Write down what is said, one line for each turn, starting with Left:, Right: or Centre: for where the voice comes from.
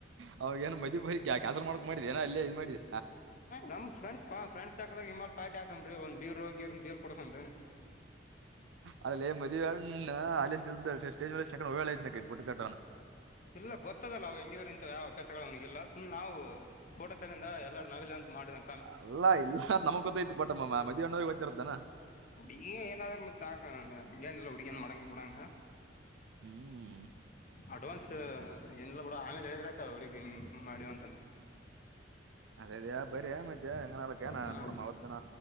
Right: ಅವಾಗ ಏನು ಮದ್ ಮದ ಕೆನ್ಯಾಸಲ್ ಮಾಡಕಕ್ ಮಾಡಿದ್ರಿ ಏೋ ಅಲ್ಲೇ ಇ್ ಮಾಡಿದರಿ.
Left: ನಮ ಫ್ರೆಂಡಸ್ ಫ್ರೆಂಡ್ಸ್ ಹಕದಾಗ ನಿಮ್ಮಲ್ ಪಾರ್ಟಿ ಹಾಕಂಬ್ರಿ ಒಂದ ಬೀರ್ ರೋಗಿ ಬೀರ್ ಕುಡ್ಸಂಬ್ರಿ
Right: ಅಲ್ಲಲೆ ಮದ್ವೆ ಎಣ್ಣ <unintelligible> ಸ್ಟೇಜ್ ಮ್ಯಾಲ್. ವೇಳೆ ಐತನ ಇಟ್ಬ ಬಿಟ್ಟು ಕಟ್ಟಣ.
Left: ಇಲ್ಲ ಗೊತ್ತದಲ್ಲಾವು ಹೆಂಗಿದ್ರ ಇಂತ ಯಾವ್ ಅಭ್ಯಾಸಗಳು ಅವನಿಗಿಲ್ಲ ಸುಮ್ ನಾವು ಫೋಟೋಸಿಂದ ಎಲ್ಲಾರರು ನಗಲಿ ಅಂತ ಮಾಡಿದಂ.
Right: ಅಲ್ಲ ಇಲ್ಲ ನಮ್ ಗೊತ್ತೈತಿತ್ತು ಬಟಮ್ಮ ಮದವಣ್ಣವರಿಗ್ಗೆ ಗತ್ತರದನ್.
Left: ಹಡಿಗಿ ಏನಾದರ ಮತ್ತ ಅನ್ಲ ಹಡಿ ಮಡಂಗ ಬಿಡಾಂಗ.
Right: ಹ್ಮ್
Left: ಅಡ್ವಾನ್ಸ್ ಏನ್ಲ್ಲ ಬಿಡ ಆಮೇಲೆ ಹೇಳಿದ್ರತ್. ಅವ್ರಿಗೆ ಹಿಂಗ ಮಾಡವಂತಂದ.
Right: ಅದೇ ಅದೇ ಬರ್ರೀ ಮತ್ತೆ ಹೆಂಗನಕನ
Left: ಹಾ
Right: ನೋಡ ಅವದ್ದನ